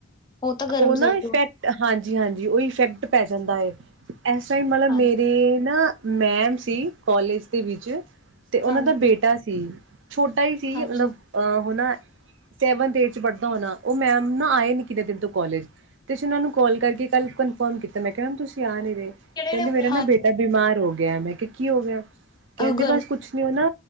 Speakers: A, on the left; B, on the right.
A: ਤਾਂ ਗਰਮ
B: ਉਹ
A: ਸਰਦ
B: ਨਾ ਇਫੈਕਟ ਹਾਂਜੀ-ਹਾਂਜੀ, ਉਹ ਇਫੈਕਟ ਪੈ ਜਾਂਦਾ ਏ। ਐਸ ਟਾਈਮ ਵਾਲਾ ਮੇਰੇ
A: ਹਾਂਜੀ
B: ਨਾ, ਮੈਮ ਸੀ ਕਾਲਜ ਦੇ ਵਿੱਚ‌। ਤੇ ਉਹਨਾ
A: ਹਾਂਜੀ
B: ਦਾ ਬੇਟਾ ਸੀ, ਛੋਟਾ ਈ ਸੀ
A: ਹਾਂਜੀ
B: ਮਤਲਬ ਅ ਹੋਣਾ, ਸੈਵਨਥ ਏਡ'ਚ ਪੜ੍ਹਦਾ ਹੋਣਾ, ਉਹ ਮੈਮ ਨਾ ਆਏ ਨੀ। ਕਿੰਨੇ ਦਿਨ ਤੋਂ ਕੌਲੇਜ, ਤੇ ਅਸੀਂ ਉਹਨਾਂ ਨੂੰ ਕੌਲ ਕਰਕੇ ਕੱਲ ਕਨਫਰਮ ਕੀਤਾ, ਮੈਂ ਕਿਹਾ ਮੈਮ ਤੁਸੀਂ ਆ ਨਹੀਂ ਰਹੇ।
A: ਕਿਹੜੇ
B: ਕਹਿੰਦੀ
A: ਨੇ ਆਪਣੇ
B: ਮੇਰਾ ਨਾ
A: ਹਾਂ
B: ਬੇਟਾ ਬਿਮਾਰ ਹੋਗਿਆ, ਮੈਂ ਕਿਹਾ ਕੀ ਹੋਗਿਆ, ਕਹਿੰਦੀ
A: ਗਰਮ
B: ਬਸ ਕੁਛ ਨੀ ਓ ਨਾ